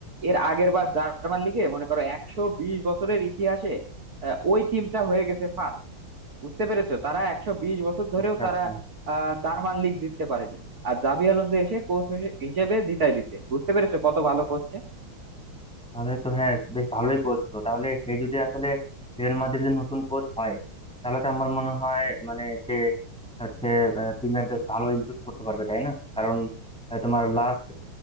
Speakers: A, on the right; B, in the centre.
A: এর আগের বার জার্মান লিগে মনে করো একশো বিশ বছরের ইতিহাসে আহ, ওই টিমটা হয়ে গেছে ফার্স্ট বুঝতে পেরেছো তারা একশো বিশ বছর ধরেও
B: আচ্ছা আচ্ছা
A: তারা আহ জার্মান লিগ জিততে পারেনি আর জাবি আলোনসো এসে কোচ হিসেবে জিতাই দিছে বুঝতে পেরেছো কত ভালো কোচ
B: তাহলে তো হ্যাঁ বেশ ভালোই কোচ তো তাহলে সে যদি আসলে রিয়াল মাদ্রিদের নতুন কোচ হয় তাহলে তো আমার মনে হয় মানে সে হচ্ছে টিমের বেশ ভালো ইমপ্রুভ করতে পারবে তাই না কারণ আহ, তোমার লাস্ট